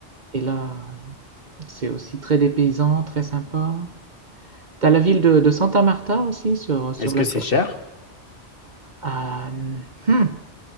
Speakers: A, on the right (about 40°); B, on the left (about 50°).
A: Et là, c'est aussi très dépaysant, très sympa. T'as la ville de, de Santa Marta aussi sur, sur
B: Est-ce
A: la
B: que
A: côte.
B: c'est cher?
A: Ah, hmm,